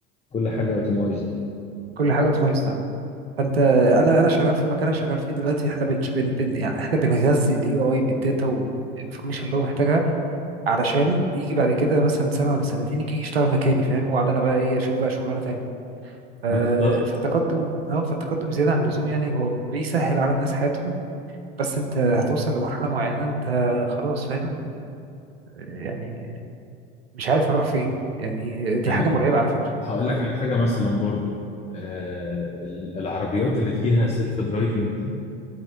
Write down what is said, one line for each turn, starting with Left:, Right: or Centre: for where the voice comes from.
Left: كل حاجه اوتومايزد
Right: كل حاجة بتميز ده فأنت أنا أنا شغال في مكان أنا شغال فيه دلوقتي إحنا بن بن بن- يعني إحنا بنغذي ال AI بالداتا والإنفورميشن اللي هو محتاجها علشان يجي بعد كده مثلا سنة ولا سنتين يجي يشتغل مكاني فاهم وأقعد أنا بقى إيه أشوف بقى شغلانة تانية ف-
Left: بالظبط
Right: فالتقدم اه فالتقدم زيادة عن اللزوم يعني هو بيسهل على الناس حياتهم بس انت هتوصل لمرحلة معينة انت خلاص فاهم يعني مش عارف اروح فين يعني دي
Left: يعني
Right: حاجة مرعبة على فكرة
Left: هقول
Right: اه
Left: لك على حاجه مثلا برضو آه، ال- العربيات اللي فيها سيلف درايفنج دي